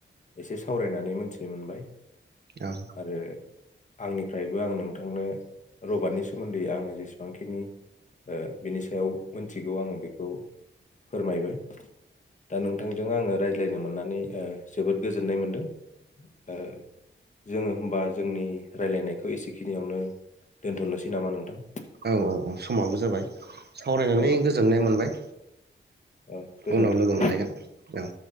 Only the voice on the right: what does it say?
औ
औ औ समाबो जाबाय सावरायनानै
गोजोननाय मोनबाय।
उनाव लोगो
मोनलायगोन औ